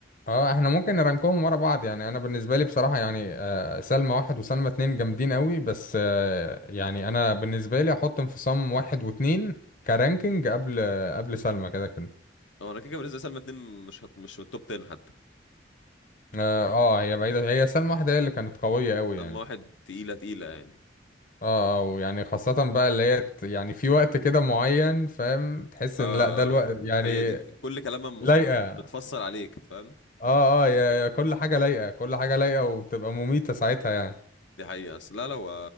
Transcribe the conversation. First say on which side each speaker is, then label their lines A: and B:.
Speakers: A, on the left; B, on the left.
A: اه احنا ممكن نرانكهم ورا بعض يعني انا بالنسبه لي بصراحه يعني آه، سلمى واحد وسلمى اتنين جامدين قوي بس آه، يعني انا بالنسبه لي احط انفصام واحد واتنين كرانكينج قبل قبل سلمى كده كده
B: هو انا كده كده بالنسبه لسلمى اتنين مش هت... مش من التوب 10 حتى
A: اه آه، هي بعيده هي سلمى واحده هي اللي كانت قويه قوي
B: سلمى
A: يعني
B: واحد تقيله تقيله يعني
A: اه آه، ويعني خاصه بقى اللي هي ت- يعني في وقت كده معين فاهم تحس
B: اه
A: ان لا ده الوقت
B: اه أه.
A: يعني
B: هي دي كل كلامها مص-
A: لايقه
B: متفصل عليك فاهم
A: اه اه يا- يا كل حاجه لايقه كل حاجه لايقه وبتبقى مميته ساعتها يعني
B: دي حقيقة بس لا لا هو